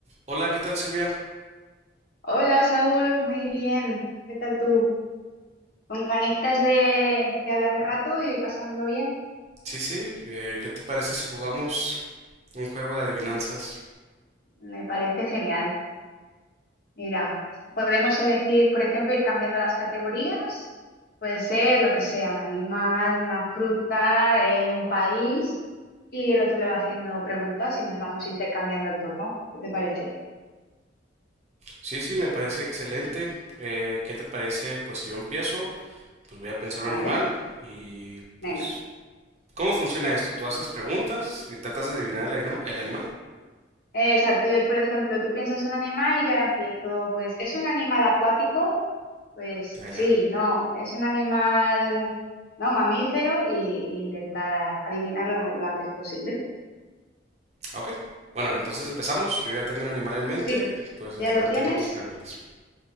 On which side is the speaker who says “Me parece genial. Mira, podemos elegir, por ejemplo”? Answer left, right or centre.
Left